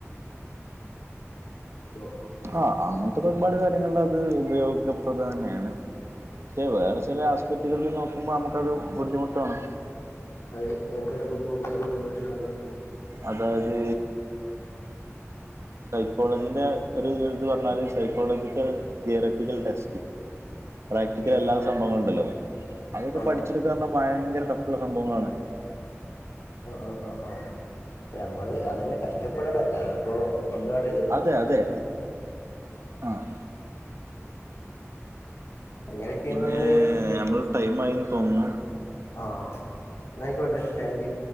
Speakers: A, on the left (about 65°); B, on the right (about 60°).
A: <unintelligible>
B: ആ അങ്ങനത്തെക്കെ ഒരുപാട് കാര്യങ്ങള് അത് ഉപയോഗ തന്നെണ് പക്ഷേ വേറെ ചെല ആസ്പത്രികളിൽ നോക്കുമ്പോൾ നമുക്കത് ബുദ്ധിമുട്ട്‌വാണ്.
A: അഹ് എന്താണ് ബുദ്ധിമുട്ടായിട്ട് തോന്നിട്ടുള്ളത്
B: അതായത് സൈക്കോളജിന്റെ ഒരു ഇത് പറഞ്ഞാല് സൈക്കോളജിക്കൽ തിയററ്റിക്കൽ ടെസ്റ്റ് പ്രാക്ടിക്കലല്ലാത്ത
A: ഉം.
B: സംഭവങ്ങള്ണ്ടല്ലോ അതൊക്കെ
A: ആ
B: പഠിച്ചെടുക്കാർഞ്ഞ ഭയങ്കര ടഫ്ള്ള സംഭവങ്ങളാണ്.
A: ആ ആ ആ ആ നമ്മള് അതന്നെ കഷ്ടപ്പെടണം അല്ലാതപ്പോ ഒന്നാണ്ട്
B: അതെ അതെ ആഹ്
A: അങ്ങനെയൊക്കെയാണ്
B: പിന്നെ
A: നമ്മള്
B: മ്മൾ ടൈം ആയിന്ന്തോന്ന്ന്നു.
A: ആഹ് ന്നായ്ക്കോട്ടെ താങ്ക് യു